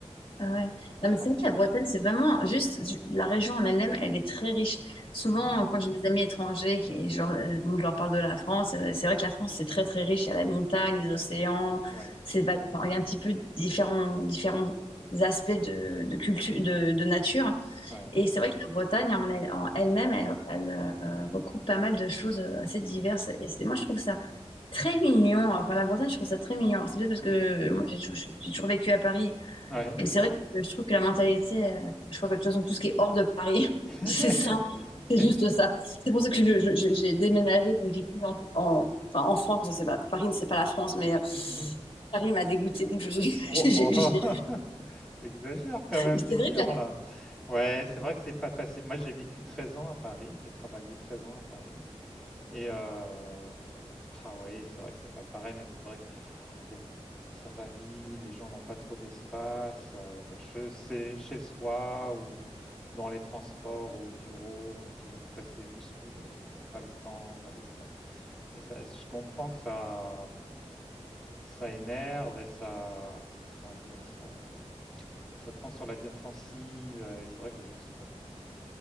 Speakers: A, on the left; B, in the centre.
A: Ah ouais.
B: Ah
A: Non, mais c'est
B: là.
A: vrai que la Bretagne, c'est vraiment juste ju- la région en elle-même, elle est très riche. Souvent,
B: Mhm.
A: quand j'ai des amis étrangers qui, genre, euh, bon, je leur parle de la France, euh, c'est vrai que la France, c'est très très riche. Il y a la montagne, les océans,
B: Ouais.
A: c'est val- enfin, il y a un petit peu différents, différents aspects de, de culture, de, de nature.
B: Ouais.
A: Et c'est vrai que la Bretagne en elle, en elle-même, elle, elle, euh, recoupe pas mal de choses euh, assez diverses. Et c'est, moi,
B: Ouais.
A: je trouve ça très mignon. Enfin, la Bretagne, je trouve ça très mignon. Alors, c'est peut-être parce
B: Mhm.
A: que moi, j'ai tou- j'ai toujours vécu à Paris.
B: Ouais.
A: Et c'est vrai que je trouve que la mentalité, euh, je crois que de toute façon, tout ce qui est hors de Paris,
B: <laughs>
A: <laughs> c'est simple,
B: C'est
A: c'est juste ça. C'est pour ça que je- je- je- j'ai déménagé, donc j'ai plus en, en, enfin, en France, c'est pas, Paris, c'est pas la France, mais euh,
B: mmh
A: Paris m'a dégoûtée, donc je, <laughs> j'ai-
B: Oh
A: j'ai-
B: <laughs> oh
A: j'ai-
B: oh oh! Tu quand même,
A: Mais
B: c'est
A: c'est vrai
B: dur
A: que la-
B: là. Ouais, c'est vrai que c'est pas facile. Moi, j'ai vécu 13 ans à Paris, j'ai travaillé 13 ans à Paris et heu, ah oui, c'est vrai que c'est pas pareil, mais c'est vrai que y a ça va vite, les gens n'ont pas trop d'espace, heu, que che c'est chez soi ou dans les transports, au bureau, on est toujours pressé, bousculé, pas le temps, pas d'espace. Et ça, je comprends que ça, ça énerve et ça, comment dire, ça, ça te rend sur la défensive. Et c'est vrai que les gens sont pas toujours très